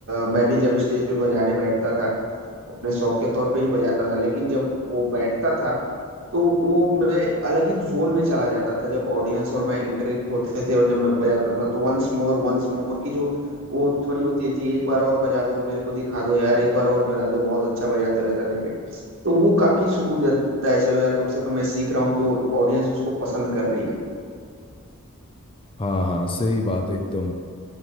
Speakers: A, on the right; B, on the left.
A: मैं भी जब स्टेज पे बजाने बैठता था अपने शौक के तौर पे ही बजाता था लेकिन जब वो बैठता था तो वो मैं अलग ही जोन में चला जाता था जब ऑडियंस और मैं इंटरेक्ट होते थे और जब मैं बजाता था तो वंस मोर वंस मोर की जो वो ध्वनि होती थी एक बार और बजा दो मेरे को दिखा दो यार एक बार और बजा दो बहुत अच्छा बजाते हो ऐसा करके तो वो काफी सुकून देता है चलो यार कम से कम मैं सीख रहा हूँ तो ऑडियंस उसको पसंद कर रही है
B: हाँ हाँ सही बात एकदम